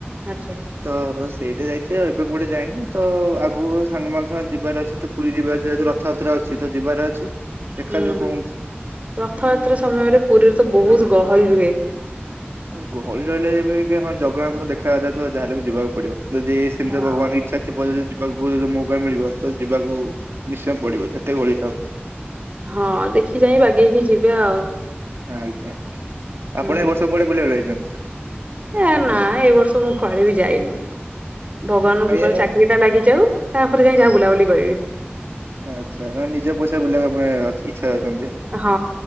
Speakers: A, on the right; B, on the right.
A: ଆଛା।
B: ତ ସେଇଠି ଯାଇଛି ଆଉ ଏବେ କୁଆଡେ ଯାଇନି ତ, ଆଗକୁ ସାଙ୍ଗମାନ ସାଙ୍ଗ ଯିବାର ଅଛି ତ। ପୁରୀ ଯିବାର ଅଛି, ଯେହେତୁ ରଥଯାତ୍ରା ଅଛି ତ ଯିବାର ଅଛି, ଦେଖାଯାଉ
A: ହୁଁ
B: କଣ ହଉଛି?
A: ରଥଯାତ୍ରା ସମୟରେ ପୁରୀରେ ତ ବହୁତ ଗହଳି ରୁହେ।
B: ଗହଳି ରହିଲେ ହଁ ଜଗନ୍ନାଥଙ୍କୁ ଦେଖା <unintelligible> ତ ଯାହେଲେ ବି ଯିବାକୁ ପଡିବ। ଯଦି ସେମିତି
A: ହଁ
B: ଭଗବାନଙ୍କ ଇଛା ଥିବ ଯଦି ଯିବି। ଯିବାକୁ ଯଦି ମୌକା ମିଳିବ, ତ ଯିବାକୁ ନିଶ୍ଚୟ ପଡିବ, ଯେତେ ଗହଳି ଥାଉ।
A: ହଁ ଦେଖି ଯାଇ ବାଗେଇକି ଯିବ ଆଉ।
B: ଆଜ୍ଞା,
A: ହୁଁ
B: ଆପଣ ଏ ବର୍ଷ କୁଆଡେ ବୁଲିବାକୁ ଯାଇଚନ୍ତି?
A: ଏ ନା, ଏଇ ବର୍ଷ ମୁଁ କୁଆଡେ ବି ଯାଇନି। ଭଗବାନଙ୍କୁ
B: ଆଜ୍ଞା
A: କୃପାରୁ ଚାକିରି ଟା ଲାଗିଯାଉ, ତାପରେ ଯାଇ ଯାହା ବୁଲାବୁଲି କରିବି।
B: ଆଛା, ମାନେ ନିଜ ପଇସା ବୁଲିବାକୁ ଆପଣ ଇଛା ଅଛନ୍ତି ଆଉ।
A: ହଁ,